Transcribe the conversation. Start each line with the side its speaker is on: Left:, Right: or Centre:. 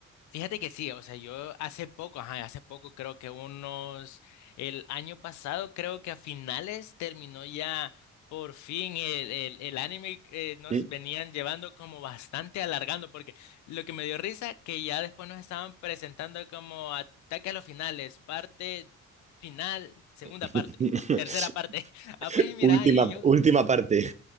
Left: Fíjate que sí, o sea, yo hace poco, ajá, hace poco creo que unos, el año pasado creo que a finales terminó ya por fin el, el, el anime eh, nos
Right: ¿Mm?
Left: venían llevando como bastante alargando, porque lo que me dio risa que ya después nos estaban presentando como ataque a los finales, parte final, segunda
Right: <laughs>
Left: parte. Tercera parte. <laughs> Ah, pues y mira,
Right: Última,
Left: y yo,
Right: última parte.